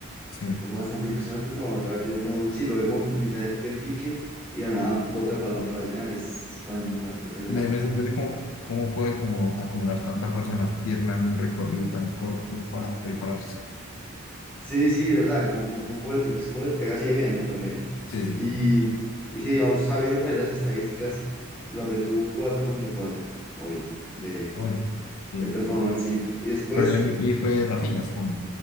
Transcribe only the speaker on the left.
Sí.
Me, me sorprende cómo, cómo puede como acumular tanta fuerza en las piernas en un recorrido tan corto para prepararse.
Sí, sí,
sí.
Oye, bien.
Pero el MVP fue Rafinha, supongo.